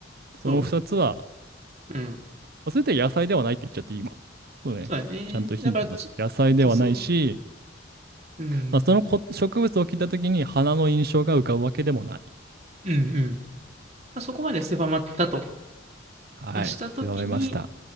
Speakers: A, on the right (about 50°); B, on the right (about 35°).
A: その2つは、
B: そう。うん。
A: まあそれって野菜ではないって言っちゃっていい今。そうね。
B: そうだね。
A: ちゃんとヒント出す。
B: だから、ちょっとそう。
A: 野菜ではないし、
B: うん。
A: まあ、そのこ植物を聞いたときに花の印象が浮かぶわけでもない。
B: うん、うん。まあ、そこまで狭まったと。
A: はい。
B: まあ、したときに、
A: 狭めました。